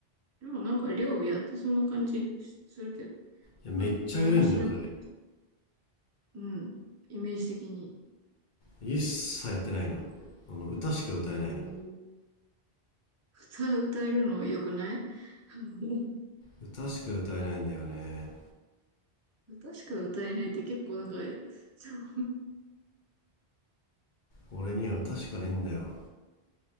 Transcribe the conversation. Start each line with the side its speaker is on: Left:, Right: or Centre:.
Right: でもなんか、寮やってそんな感じするけど、
Left: やめっちゃやれんのよそれ
Right: なんか何もしなかった。うん。イメージ的に、
Left: 一切やってないのあの歌しか歌えないの
Right: そんな感じする。うん。歌、歌えるの良くない <laughs>
Left: 歌しか歌えないんだよね
Right: 歌しか歌えないって結構なんか、そう。
Left: 俺には歌しかねえんだよ